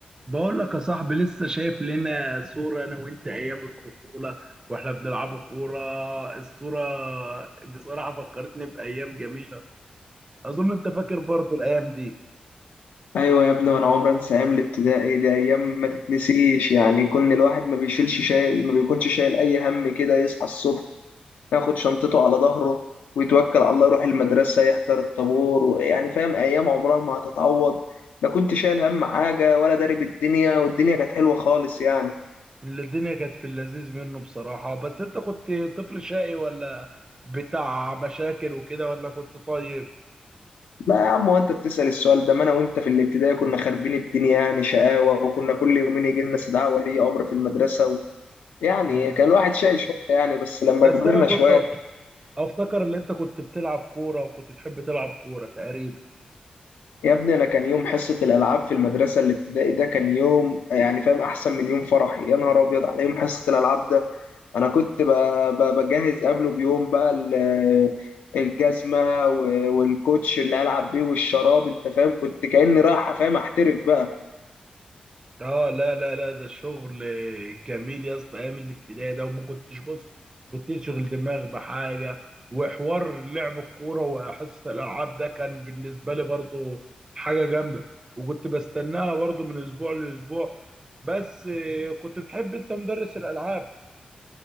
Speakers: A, on the right; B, on the left.
A: بقول لك يا صاحبي لسه شايف لنا صورة أنا وأنت أيام الطفولة وإحنا بنلعبوا كورة الصورة بصراحة فكرتني بأيام جميلة أظن أنت فاكر برضو الأيام دي
B: ايوه يا ابني وانا عمري انسى ايام الابتدائي دي ايام ما تتنسيش يعني كون الواحد ما بيشيلش شايل ما بيكونش شايل اي هم كده يصحى الصبح ياخد شنطته على ظهره ويتوكل على الله يروح المدرسه يحضر الطابور ويعني فاهم ايام عمرها ما هتتعوض لا كنت شايل هم حاجه ولا داري بالدنيا والدنيا كانت حلوه خالص يعني
A: اللي الدنيا كانت في اللذيذ منه بصراحة بس أنت كنت طفل شقي ولا بتاع مشاكل وكده ولا كنت طيب
B: لا يا عم وانت بتسأل السؤال ده ما انا وانت في الابتدائي كنا خاربين الدنيا يعني شقاوه وكنا كل يومين يجي لنا استدعاء ولي امر في المدرسه و... يعني
A: مم.
B: كان الواحد شايل شويه يعني بس لما
A: بس
B: كبرنا
A: أنا كنت
B: شويه
A: أف- أفتكر إن أنت كنت بتلعب كورة وكنت تحب تلعب كورة تقريبا
B: يا ابني انا كان يوم حصه الالعاب في المدرسه الابتدائي ده كان يوم يعني فاهم احسن من يوم فرحي يا نهار ابيض على يوم حصه الالعاب ده انا كنت ب- ب- بجهز قبله بيوم بقى ال- الجزمه و- والكوتش اللي العب بيه والشراب انت فاهم كنت كاني رايح فاهم احترف بقى
A: اه لا لا لا ده شغل جميل يا اسطى ايام الابتدائي ده وما كنتش بص بتشغل دماغ بحاجه وحوار لعب الكوره وحصه الالعاب ده كان بالنسبه لي برضو حاجه جامده وكنت بستناها برضو من اسبوع لاسبوع بس آه، كنت بتحب انت مدرس الالعاب